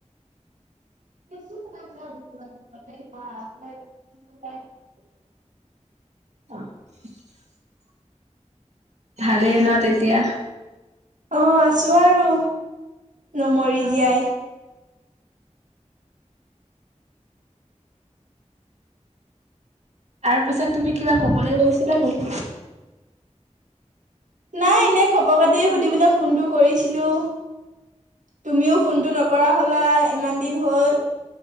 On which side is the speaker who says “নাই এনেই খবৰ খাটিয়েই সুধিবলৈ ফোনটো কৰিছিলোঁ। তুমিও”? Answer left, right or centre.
Right